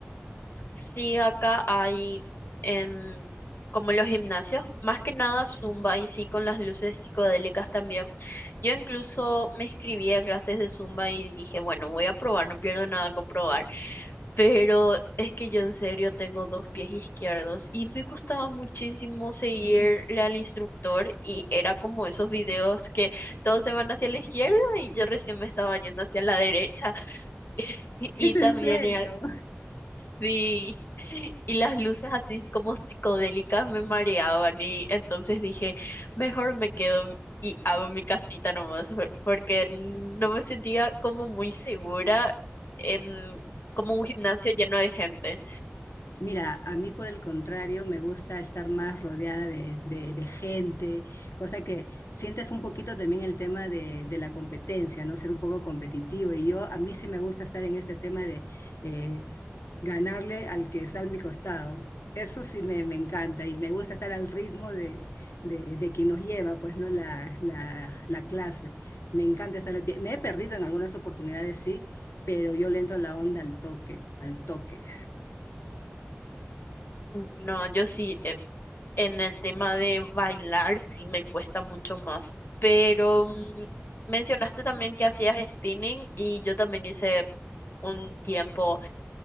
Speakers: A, on the left; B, on the left.
A: Sí, acá hay em, como los gimnasios, más que nada Zumba y sí con las luces psicodélicas también. Yo incluso me inscribí a clases de Zumba y dije, bueno, voy a probar, no pierdo nada con probar. Pero es que yo en serio tengo dos pies izquierdos y me costaba muchísimo seguirle al instructor y era como esos videos que todos se van hacia la izquierda y yo recién me estaba yendo hacia la derecha. <laughs>
B: Es
A: Y
B: en
A: también
B: serio.
A: era Sí, y las luces así como psicodélicas me mareaban y entonces dije, mejor me quedo y hago mi casita nomás, por- porque no me sentía como muy segura en como un gimnasio lleno de gente.
B: Mira, a mí por el contrario me gusta estar más rodeada de, de- de gente, cosa que sientes un poquito también el tema de, de la competencia, ¿no? Ser un poco competitivo. Y yo, a mí sí me gusta estar en este tema de eh, ganarle al que está a mi costado. Eso sí me, me encanta y me gusta estar al ritmo de, de, de quien nos lleva, pues, ¿no? La, la, la clase. Me encanta estar al pie. Me he perdido en algunas oportunidades, sí, pero yo le entro la onda al toque, al toque.
A: No, yo sí, eh, en el tema de bailar sí me cuesta mucho más, pero mm, mencionaste también que hacías spinning y yo también hice un tiempo